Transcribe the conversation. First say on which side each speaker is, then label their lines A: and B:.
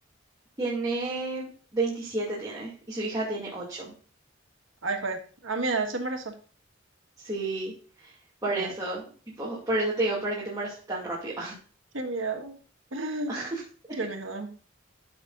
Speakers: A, on the right (about 20°); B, on the right (about 75°).
A: Tiene 27 tiene y su hija tiene ocho
B: Ay, juez, a mi edad se embarazó.
A: Sí, por
B: Qué miedo,
A: eso, tipo, por eso te digo, para que te embaraces tan rápido.
B: qué miedo, <gasps> <laughs>
A: <laughs>
B: qué miedo.